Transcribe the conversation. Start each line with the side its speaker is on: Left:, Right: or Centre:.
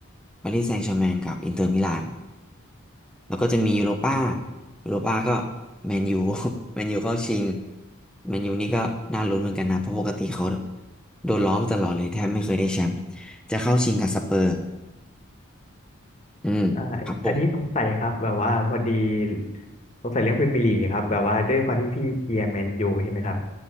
Centre: ปารีสแซงต์แชร์แมงกับอินเตอร์มิลาน แล้วก็จะมียูโรป้ายูโรป้าก็แมนยู <laughs> แมนยูเข้าชิง แมนยูนี่ก็น่าลุ้นเหมือนกันนะ เพราะปกติเขาโดนล้อมาตลอดเลยแทบไม่เคยได้แชมป์จะเข้าชิงกับสเปอร์ อืม
Left: ใช่อันนี้สงสัยครับแบบว่าพอดี
Centre: ครับผม
Left: สงสัยเรื่องพรีเมียร์ลีกครับแบบว่าด้วยความที่พี่เชียร์แมนยูใช่ไหมครับ